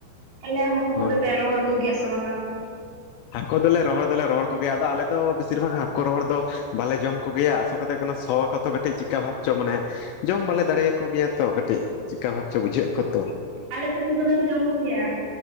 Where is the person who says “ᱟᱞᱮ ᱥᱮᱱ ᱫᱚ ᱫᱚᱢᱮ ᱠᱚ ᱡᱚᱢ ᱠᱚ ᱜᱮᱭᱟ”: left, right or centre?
Right